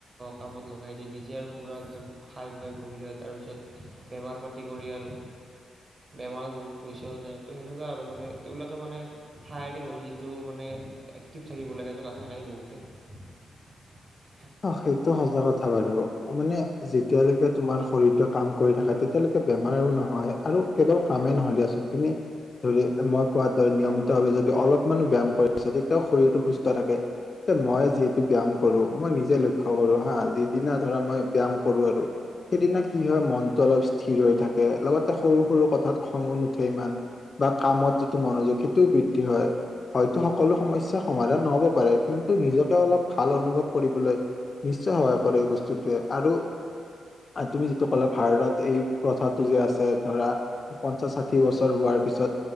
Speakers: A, on the right; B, on the left.
A: কামত লগাই দি নিজে আৰু পুৰা একদম খাই বৈ বহি লয় তাৰপিছত বেমাৰ পাতি কৰি আৰু বেমাৰত বহুত পইচাও যায় ত সেনে আৰু মানে তেওঁলোকে মানে শাৰীৰিকভাৱে যিটো মানে এক্টিভ থাকিব লাগে নাথাকে বহুত <unintelligible>
B: অ সেইটো সজা কথা বাৰু মানে যেতিয়ালৈকে তোমাৰ শৰীৰটোৱে কাম কৰি থাকে তেতিয়ালৈকে বেমাৰ আৰু নহয় আৰু কেৱল কামে নহয় দিয়াচোন তুমি ধৰি মই কোৱাৰ দৰে নিয়মিত ভাৱে যদি অলপ মানহ ব্যায়াম কৰিছা তেতিয়াও শৰীৰটো সুস্থ থাকে। মই যিহেতু ব্যয়াম কৰো মই নিজে লক্ষ্য কৰো হা যিদিনা ধৰা মই ব্যায়াম কৰো আৰু সেইদিনা কি হয় মনতটো অলপ স্থিৰ হৈ থাকে লগতে সৰু সৰু কথাত খঙো নুঠে ইমান। বা কামত যিটো মনোযোগ সেইটোও বৃদ্ধি হয়। হয়তো সকলো সমস্যা সমাধান নহব পাৰে কিন্তু নিজকে অলপ ভাল অনুভৱ কৰিবলৈ নিশ্চয় সহায় কৰে এই বস্তুটোৱে আৰু তুমি যিটো ক'লো ভাৰতত এই প্ৰথাটো যে আছে ধৰা পঞ্চাশ ষাঠি বছৰ হোৱাৰ তাৰ পিছত